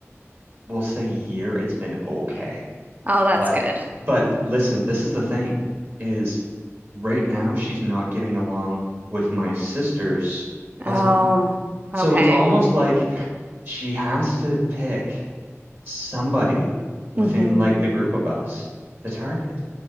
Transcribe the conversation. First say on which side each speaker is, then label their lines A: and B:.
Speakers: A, on the right; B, on the right.
A: we'll say year, it's been okay.
B: Oh, that's
A: But
B: good.
A: but listen, this is the thing is right now she's not getting along with my sister's husband.
B: Oh,
A: So
B: okay.
A: it's almost like she has to pick somebody within
B: hmm
A: like the group of us to target.